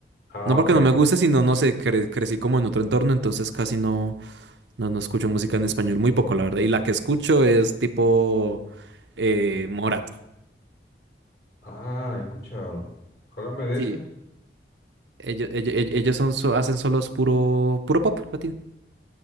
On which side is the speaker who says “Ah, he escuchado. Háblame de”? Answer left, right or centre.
Left